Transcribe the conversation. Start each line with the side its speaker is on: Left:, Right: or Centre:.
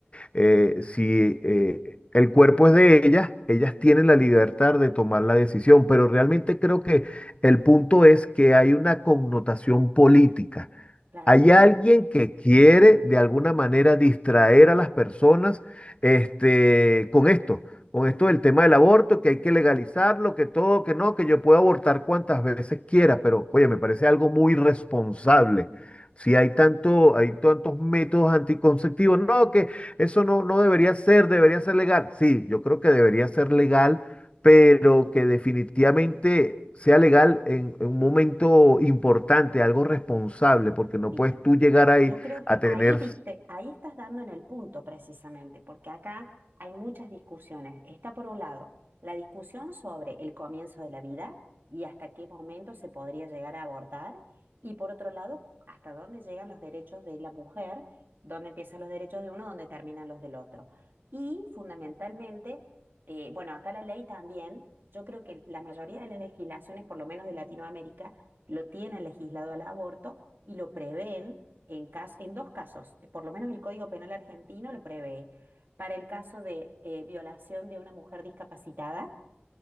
Left: eh, si eh, el cuerpo es de ellas, ellas tienen la libertad de tomar la decisión, pero realmente creo que el punto es que hay una connotación política
Right: claro,
Left: hay alguien que quiere de alguna manera distraer a las personas este, con esto, con esto del tema del aborto, que hay que legalizarlo, que todo, que no, que yo puedo abortar cuantas veces quiera, pero oye, me parece
Right: entiendo.
Left: algo muy irresponsable. Si hay tanto, hay tantos métodos anticonceptivos, no, que eso no, no debería ser, debería ser legal. Sí, yo creo que debería ser legal pero que definitivamente sea legal en, en un momento importante, algo responsable, porque no
Right: Bien.
Left: puedes tú llegar ahí
Right: Yo creo que
Left: a tener...
Right: ahí diste, ahí estás dando en el punto precisamente, porque acá hay muchas discusiones. Está por un lado la discusión sobre el comienzo de la vida y hasta qué momento se podría llegar a abortar, y por otro lado, hasta dónde llegan los derechos de la mujer, dónde empiezan los derechos de uno, dónde terminan los del otro. Y fundamentalmente, eh, bueno, acá la ley también, yo creo que la mayoría de las legislaciones, por lo menos de Latinoamérica, lo tienen legislado al aborto y lo prevén en, cas- en dos casos. eh, Por lo menos el Código Penal argentino lo prevé para el caso de eh, violación de una mujer discapacitada